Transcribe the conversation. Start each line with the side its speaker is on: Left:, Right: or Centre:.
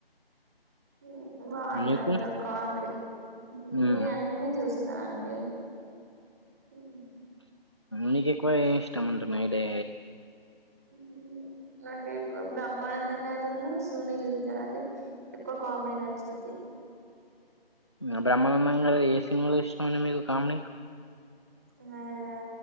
Right: హ్మ్మ్, బా ఉంటంది.
Left: మీకు
Right: అందులో కామెడీ
Left: మ్మ్
Right: నీ, అన్నీ చూస్తా. సండే హ్మ్మ్.
Left: నీకు ఎక్కువ, ఏం ఇష్టం అంటున్నెయ్ డే?
Right: హ్మ్మ్, నాక్ ఎక్కువ బ్రహ్మానందం. కే ఆధును. సునీల్ గారది, ఎక్కువ కామెడీ నచ్చుది.
Left: ఆ బ్రహ్మానందం గారిది, ఏ సినిమాలు ఇష్టం అండి మీకు కామెడీ.
Right: హ్మ్మ్, అదా.